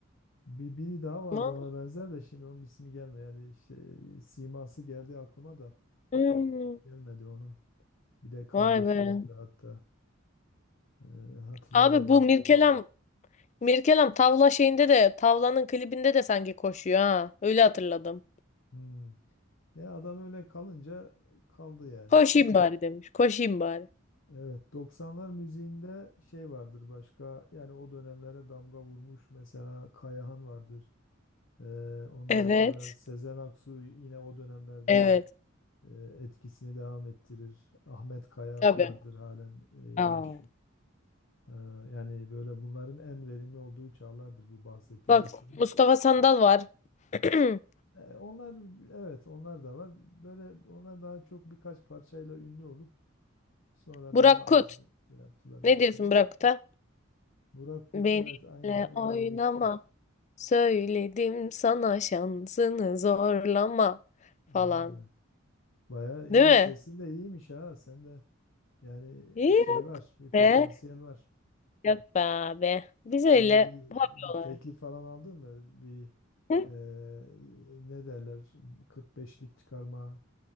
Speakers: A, on the left; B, on the left.
A: Bir, biri daha vardı
B: Aman.
A: ona benzer de şimdi onun ismi gelmiyor. Yani işte e, siması geldi aklıma da
B: Hmm.
A: gelmedi onun. Bir de kardeşi
B: Vay be.
A: vardı hatta. Ee, hatırlayamadım
B: Abi bu
A: ismini.
B: Mirkelam Mirkelam tavla şeyinde de tavlanın klibinde de sanki koşuyor ha. Öyle hatırladım.
A: Hmm. Ya adam öyle kalınca kaldı yani.
B: Koşayım bari demiş. Koşayım bari.
A: Evet 90'lar müziğinde şey vardır başka yani o dönemlere damga vurmuş mesela Kayahan vardır. Ee, ondan
B: Evet.
A: sonra Sezen Aksu yine o dönemlerde
B: Evet.
A: de e, etkisini devam ettirir. Ahmet Kaya
B: Tabii.
A: vardır halen e,
B: Aa.
A: meşhur. Ee, Yani böyle bunların en verimli olduğu çağlardır bu bahsettiğim
B: Bak
A: üçünün.
B: Mustafa Sandal var. <clears throat>
A: Ee, Onlar evet onlar da var. Böyle onlar daha çok birkaç parçayla ünlü olup sonra
B: Burak
A: daha
B: Kut.
A: az şey yaptılar mesela.
B: Ne diyorsun Burak Kut'a?
A: Burak Kut
B: Benimle
A: evet aynen o
B: oynama.
A: da yeni çıkmıştı.
B: Söyledim sana şansını zorlama
A: Ha,
B: falan.
A: bayağı iyi
B: Değil mi?
A: sesin de iyiymiş ha sen de yani
B: İyi
A: şey var bir potansiyel
B: be.
A: var.
B: Yok be abi. Biz öyle
A: Öyle bir,
B: hobi
A: bir
B: olarak.
A: teklif falan aldın mı? Bir
B: Hı?
A: eee, ne derler 45'lik çıkarma